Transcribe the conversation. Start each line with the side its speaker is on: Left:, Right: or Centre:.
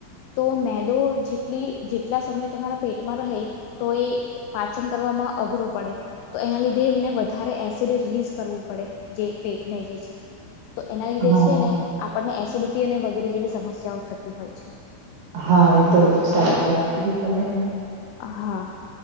Left: તો મેદો જેટલી જેટલા સમય તમારા પેટમાં રહે તો એ પાચન કરવામાં અઘરો પડે તો એના લીધે એમને વધારે એસિડ રિલીઝ કરવું પડે જે પેટને જે છે તો એના લીધે
Right: હા
Left: છે ને આપણને એસિડિટી અને વગેરે જેવી સમસ્યાઓ થતી હોય છે
Right: હા એ તો સાચી વાત કીધી તમે
Left: હા